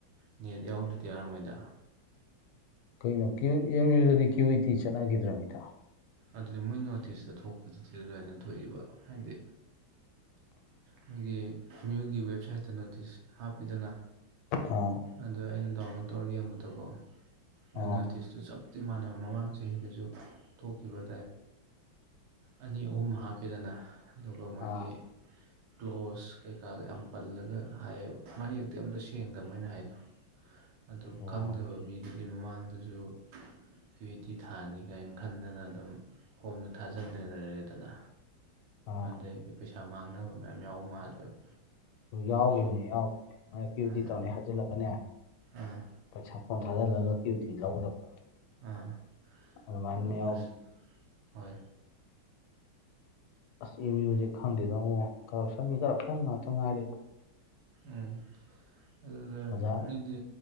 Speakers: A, on the right (about 80°); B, on the left (about 80°).
A: ꯅꯦꯠ ꯌꯥꯎꯗꯔꯗꯤ ꯌꯥꯔꯝꯃꯣꯏꯗ
B: ꯀꯩꯅꯣ ꯀ꯭ꯋꯨ ꯑꯦꯝ ꯌꯨꯗꯗꯤ ꯀ꯭ꯌꯨ ꯏꯇꯤ ꯆꯠꯅꯈꯤꯗ꯭ꯔꯃꯤꯗꯥ
A: ꯑꯗꯨꯗꯤ ꯃꯣꯏ ꯅꯣꯇꯤꯁꯇ ꯊꯣꯛꯄꯗꯨꯗꯤ ꯑꯗꯨꯃꯥꯏꯅ ꯊꯣꯛꯏꯕ ꯍꯥꯏꯗꯤ ꯃꯣꯏꯒꯤ ꯑꯦꯝꯌꯨꯒꯤ ꯋꯦꯕꯁꯥꯏꯠꯇ ꯅꯣꯇꯤꯁ ꯍꯥꯞꯄꯤꯗꯅ
B: ꯑꯥ
A: ꯑꯗ ꯑꯩꯅ ꯗꯥꯎꯟꯂꯣꯗ ꯇꯧꯔꯒ ꯌꯦꯡꯕꯗꯀꯣ ꯃꯣꯏ
B: ꯑꯥ
A: ꯅꯣꯇꯤꯁ ꯆ ꯆꯞꯇꯤ ꯃꯥꯟꯅꯕ ꯃꯃꯥꯡ ꯆꯍꯤꯗꯖꯨ <unintelligible> ꯑꯅꯤ ꯑꯍꯨꯝ ꯍꯥꯞꯄꯤꯗꯅ ꯑꯗꯨꯒ ꯃꯣꯏꯒꯤ
B: ꯑꯥ
A: ꯀ꯭ꯂꯣꯁ ꯀꯩꯀꯥꯒ ꯌꯥꯝ ꯄꯜꯂꯒ ꯍꯥꯏꯌꯦꯕ ꯃꯥꯌꯦꯛꯇꯤ ꯑꯝꯇ ꯁꯦꯡꯗꯕ ꯃꯣꯏꯅ ꯍꯥꯏꯗꯣ ꯑꯗꯨ
B: ꯑꯣ
A: ꯈꯪꯗꯕ ꯃꯤ ꯑꯗꯨꯗꯤ ꯃꯃꯥꯡꯗꯁꯨ ꯀ꯭ꯌꯇꯤ ꯊꯥꯅꯤ ꯀꯥꯏꯅ ꯈꯟꯗꯅ ꯑꯗꯨꯝ ꯐꯣꯝꯁꯨ ꯊꯥꯖꯟꯃꯤꯅꯔꯦꯗꯅ
B: ꯑꯥ
A: ꯑꯗꯩꯗꯤ ꯄꯩꯁꯥ ꯃꯥꯡꯅꯕ ꯃꯌꯥꯝ ꯌꯥꯎꯕ ꯃꯥꯜꯂꯦꯕ
B: ꯑꯗꯨ ꯌꯥꯎꯈꯤꯕꯅꯦ ꯌꯥꯎꯈꯤꯕꯅꯦ ꯃꯔꯛꯀꯤꯤꯕꯨꯗꯤ
A: ꯑꯥ
B: ꯇꯧꯅꯤ ꯍꯥꯏꯖꯤꯜꯂꯒꯅꯦ
A: ꯑꯥ
B: ꯄꯩꯁꯥ ꯄꯣꯝꯊꯥꯗꯜꯂꯂꯛꯀꯤꯕꯨꯗꯤ ꯂꯧꯗꯕ
A: ꯑꯥ
B: ꯑꯗꯨꯃꯥꯏꯅ
A: ꯑꯗꯨ
B: ꯌꯥꯎ
A: ꯑꯁ ꯍꯣꯏ
B: ꯑꯁ ꯑꯦꯝꯌꯨ ꯖꯦ ꯈꯪꯗꯦꯗ ꯑꯉꯣ ꯀꯔꯞꯁꯟꯒꯤ ꯀꯔꯞꯁꯟ ꯉꯥꯛꯇ ꯉꯥꯏꯔꯦꯗ
A: ꯎꯝ ꯑꯗꯨꯗ
B: ꯑꯣꯖꯥ
A: ꯃꯤꯗꯤ